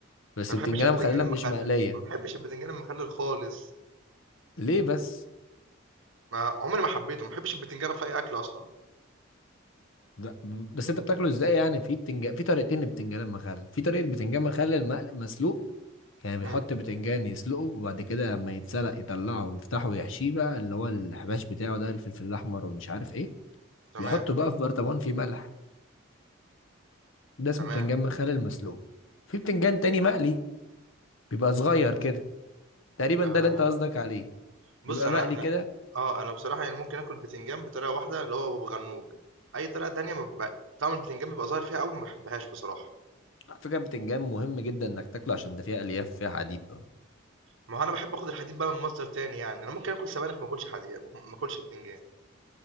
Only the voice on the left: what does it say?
بس
بتنجانه
مخلله
مش مقليه
ليه بس
ده بس انت بتاكله ازاي يعني في بتنجان في طريقتين للبتنجان المخلل في طريقه بتنجان مخلل مقلي مسلوق يعني بيحط
بتنجان يسلقه وبعد كده لما يتسلق يطلعه ويفتحه ويحشيه بقى اللي هو الحباش بتاعه ده الفلفل الاحمر ومش عارف ايه
بيحطه بقى في برطمان فيه ملح ده اسمه
بتنجان مخلل مسلوق في بتنجان تاني مقلي بيبقى صغير كده تقريبا
ده اللي انت قصدك عليه
بيبقى
مقلي
كده
على فكرة بتنجان مهم جدا انك تاكله عشان ده فيها الياف وفيها حديد برضه